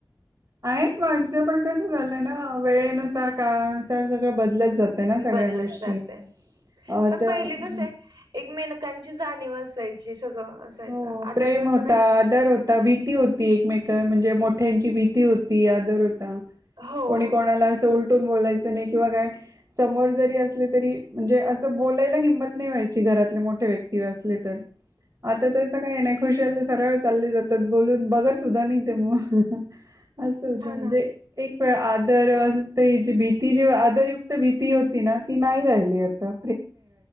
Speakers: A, on the right; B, on the right.
A: आहेत माणसं पण कसं झालं ना वेळेनुसार काळानुसार सगळं बदलत जाते ना सगळ्या
B: बदलत
A: गोष्टी
B: जातंय.
A: आता
B: पण पहिली कस आहे. एकमेकानची जाणीव असायची सगळं असायचं
A: हो
B: आता
A: प्रेम
B: तसं
A: होता.
B: नाही काय
A: आदर होता भीती होती एकमेकची म्हणज मोठची भिती होती आदर होता
B: हो
A: कोणीकोणाला अस उलटून बोलायचं नाही कि काय समोर जरी असल तरी म्हणजे अस बोलायला हिमत नाही. घरातले मोठे व्यक्ती असले तर
B: ह. <inaudible>
A: आता तसं काय नाही खुशाल सरळ चालले जातात बोलून बघत सुद्धा नाही ते मुल असं होतं
B: हा
A: म्हणजे
B: ना
A: एक पण आदर ते भीती जे आदरयुक्त भीती होती ना ती नाही राहिली आता.